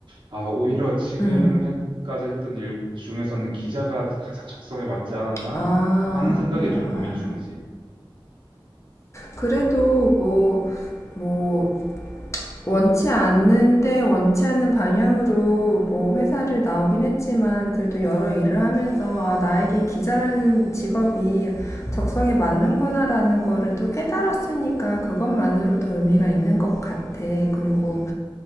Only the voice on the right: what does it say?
아, 오히려 지금
까지 했던 일 중에서는 기자가 가장 적성에 맞지 않았나
하는 생각에
좀 고민 중이지.